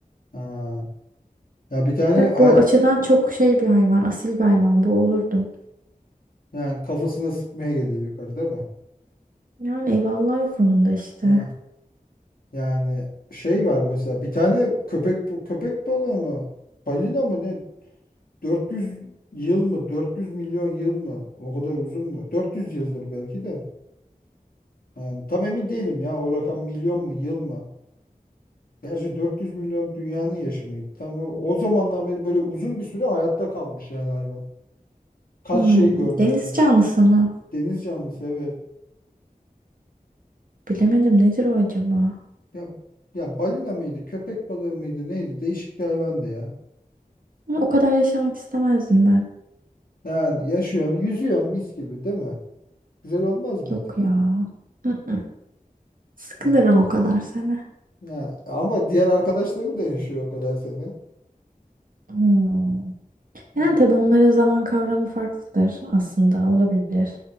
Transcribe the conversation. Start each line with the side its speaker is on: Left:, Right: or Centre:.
Left: Ha. Ya bir tane
Right: Bak
Left: hay-
Right: bu açıdan çok şey bir hayvan, asil bir hayvan bu olurdum.
Left: Yani kafasına sıkmaya geliyor yukarıda ama.
Right: Yani eyvallah o konuda işte.
Left: Ha, yani şey var mesela bir tane köpek köpek balığı mı? Balina mı ne? 400 yıl mı? 400 milyon yıl mı? O kadar uzun mu? 400 yıldır belki de. Yani tam emin değilim ya o rakam milyon mu yıl mı? Gerçi 400 milyon dünyanın yaşamıydı. Tam o, o zamandan beri böyle uzun bir süre hayatta kalmış yani hayvan. Kaç
Right: Hmm,
Left: şey görmüş
Right: deniz
Left: mü?
Right: canlısı mı?
Left: Deniz canlısı evet.
Right: Bilemedim nedir o acaba?
Left: Ya ya balina mıydı, köpek balığı mıydı, neydi? Değişik bir hayvandı ya.
Right: Ama O kadar yaşamak istemezdim ben.
Left: Yani yaşıyorsun, yüzüyorsun mis gibi değil mi? Güzel olmaz mıydı?
Right: Yok ya. Mm-mm. Sıkılırım
Left: Heh.
Right: o kadar sene.
Left: Ya, ama diğer arkadaşların da yaşıyor o kadar seni.
Right: Hmm.
Left: Heh.
Right: Yani tabii onların zaman kavramı farklıdır aslında olabilir.